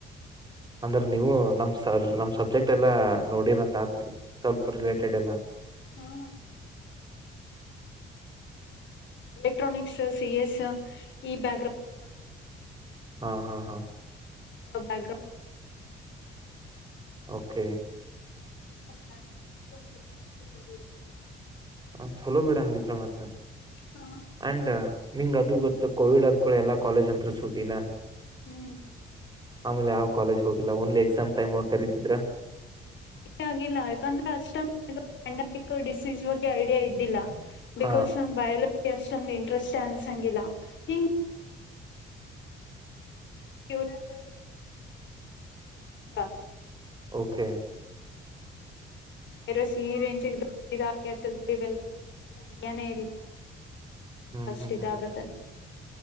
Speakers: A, on the right (about 20°); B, on the left (about 70°).
A: ಅಂದ್ರೆ ನೀವು ನಮ್ ನಮ್ ಸಬ್ಜೆಕ್ಟ್ ಎಲ್ಲಾ ನೋಡಿರಂತ ಆತ್ ಸ್ವಲ್ಪ್ ರಿಲೇಟೆಡ್ ಎಲ್ಲ.
B: ಹಾ ಎಲೆಕ್ಟ್ರೋಕ್ಸ್, ಸಿ-ಎಸ್ ಈ ಬ್ಯಾಗ್ ಗ್ರೌಂಡ್ ಒಳಗ್
A: ಹಾ ಹಾ ಹಾ.
B: ಬ್ಯಾಕ್ ಗ್ರೌಂಡ್
A: ಓಕೆ
B: <unintelligible>
A: ಹ ಚಲೋ ಬಿಡ ಹಂಗಿದ್ರ ಮತ್ತ.
B: ಹಾ
A: ಆಂಡ್ ನಿಂಗ ಇದು ಗೊತ್ತು ಕೋವಿಡ್ ಆದ್ಕುಳೆ ಎಲ್ಲ ಕಾಲೇಜ್ ಅಂತರು ಸೂಟಿ.
B: ಹ್ಮ್
A: ಆಮೇಲೆ ಅವ್ರ ಕಾಲೇಜ್ ಹೋಗಿಲ್ಲ ಓನ್ಲಿ ಎಕ್ಸಾಮ್ ಟೈಮ್ ಒಳಗ್ ಕರೀತಿದ್ರ
B: ಷ್ಟ ಆಗಿಲ್ಲ ಯಾಕಂದ್ರೆ ಅಷ್ಟ ಪಂಡಮಿಕ್ ಡಿಸೀಸ್ ಬಗ್ಗೆ ಐಡಿಯಾ ಇದ್ದಿಲ್ಲಾ. ಬಿಕಾಸ್
A: ಹಾ
B: ಸಮ್ ಬಾಯಲ್ ಅಷ್ಟೊಂದ ಇಂಟ್ರೆಸ್ಟ್ ಅನ್ಸಂಗಿಲ್ಲ <unintelligible> <unintelligible> ಅ
A: ಓಕೆ
B: ವೈರಸ್ ಈ ರೇಂಜಿಗೆ ದೊಡ್ಡಿದ ಇವೆಲ್ಲನೇ ಇಲ್ಲ
A: ಹ್ಮ್
B: ಅಷ್ಟ
A: ಹ್ಮ್
B: ಇದ
A: ಹ್ಮ್
B: ಆಾಗತ್ತಲ್ಲ